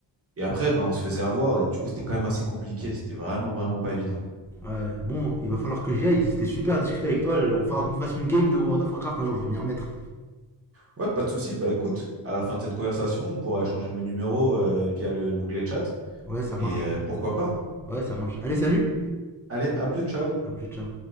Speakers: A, on the right; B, in the centre.
A: Et après, bah, on se faisait avoir, et du coup, c'était quand même assez compliqué. C'était vraiment, vraiment pas évident.
B: ouais. Ouais, Bon, il va falloir que j'y aille. C'était super à discuter avec toi. On faudra qu'on fasse une game de World of Warcraft un jour, je vais m'y remettre.
A: Ouais, pas de souci. Bah, écoute, à la fin de cette conversation, on pourra échanger nos numéros euh, via le- l'onglet chat.
B: Ouais, ça
A: Et
B: marche.
A: euh, pourquoi pas, hein.
B: Ouais, ça marche. Allez, salut!
A: Allez, à plus, ciao.
B: À plus, ciao.